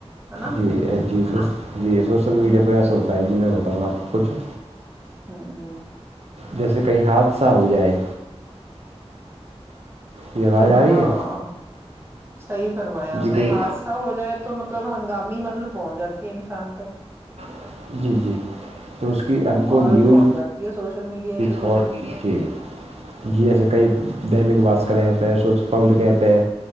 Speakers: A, on the right; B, on the right.
A: ہے نا
B: جی جی سو جی سوشل
A: ہ
B: میڈیا پہ ایسا ہو تا ہے جی میں بتاؤں گا آپ کوکچھے
A: ہاں
B: جیسے کہیں حادثہ ہو جائے یہ آواز آ
A: ہاں
B: رہی ہے
A: سہی فرمایا اپنے
B: جی کوئی
A: حادثہ ہو جائے تو مطلب ہنگامی مدد پہنچ جاتی ہے انسان تک
B: تک جی جی تو اس کی ہم کو
A: فورن
B: نیوز
A: پہنچ جاتی ہے سوشل میڈیا کے ذریعے
B: فور تھی <unintelligible> جی ایسے کہئی
A: ہوں
B: دینک باسکر یہ پہ سو پبلک یہ پہ